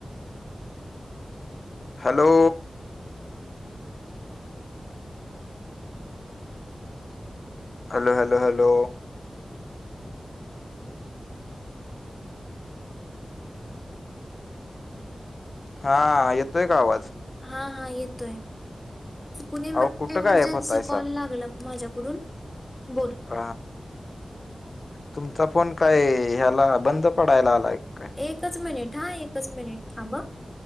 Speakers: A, on the left (about 50°); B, on the left (about 20°).
A: Hello. Hello hello hello. हा येतोय का आवाज.
B: हा हा येतोय कुणी
A: अहो कुठं
B: इमर्जन्सी
A: गायब होतायसा
B: कॉल लागला. माझ्याकडून बोल.
A: ह तुमचा फोन काय ह्याला बंद पडायला आलाय काय
B: एकच मिनिट हा एकच मिनिट थांब.